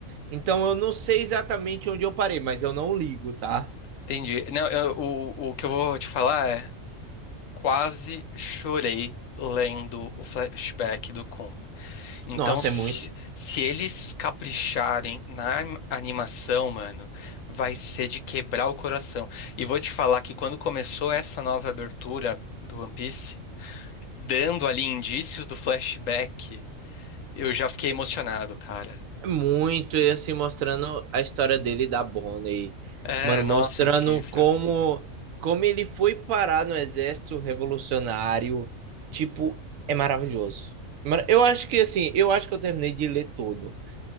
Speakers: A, on the right; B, on the left.
A: Então eu não sei exatamente onde eu parei, mas eu não ligo, tá?
B: entendi. Não, eu- o, o que eu vou te falar é: quase chorei lendo o flashback do Kuma. Então,
A: Nossa,
B: se,
A: é muito.
B: se eles capricharem na anim- animação, mano, vai ser de quebrar o coração. E vou te falar que quando começou essa nova abertura do One Piece, dando ali indícios do flashback, eu já fiquei emocionado, cara.
A: Muito, e assim, mostrando a história dele e da Bonnie.
B: É,
A: Mano,
B: nossa,
A: mostrando
B: incrível.
A: como, como ele foi parar no exército revolucionário. Tipo, é maravilhoso. mano Eu acho que, assim, eu acho que eu terminei de ler todo.